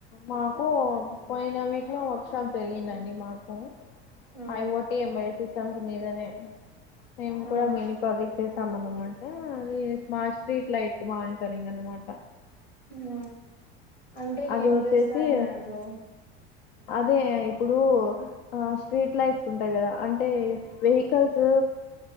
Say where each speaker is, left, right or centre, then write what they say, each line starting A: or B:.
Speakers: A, on the left; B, on the left.
A: మాకు పోయిన వీక్ లో వర్క్ షాప్ జరిగిందండి మాకు
B: ఆ
A: I O T embedded systems మీదనే మేము
B: ఆ
A: కూడా మిని ప్రాజెక్ట్ చేసాం అన్నమాట అది స్మార్ట్ స్ట్రీట్ లైట్ మానిటరింగ్ అన్నమాట
B: మ్ అంటే
A: అది
B: ఏం
A: వచ్చేసి
B: చేస్తారు దాంట్లో
A: అదే ఇప్పుడు ఆ స్ట్రీట్ లైట్స్ ఉంటాయి కదా అం టె వెహికల్స్